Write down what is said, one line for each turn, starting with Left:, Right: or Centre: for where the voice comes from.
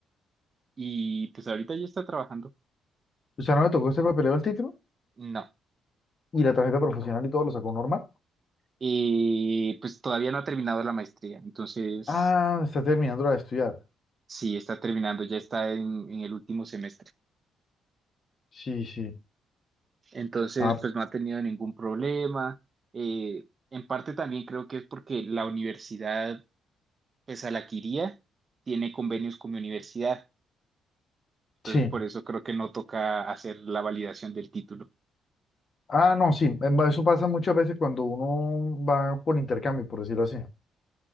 Right: y pues ahorita ya está trabajando.
Left: O sea, ¿no le tocó este papeleo al título?
Right: No,
Left: Y la tarjeta profesional y todo lo sacó normal.
Right: eh, pues todavía no ha terminado la maestría, entonces
Left: Ah, está terminando de estudiar.
Right: sí, está terminando, ya está en, en el último semestre.
Left: Sí, sí.
Right: Entonces,
Left: Ah,
Right: pues no ha tenido ningún problema. Eh, en parte también creo que es porque la universidad pues Alaquiría tiene convenios con mi universidad, entonces
Left: sí.
Right: por eso creo que no toca hacer la validación del título.
Left: Ah, no, sí. em, Eso pasa muchas veces cuando uno va por intercambio, por decirlo así. A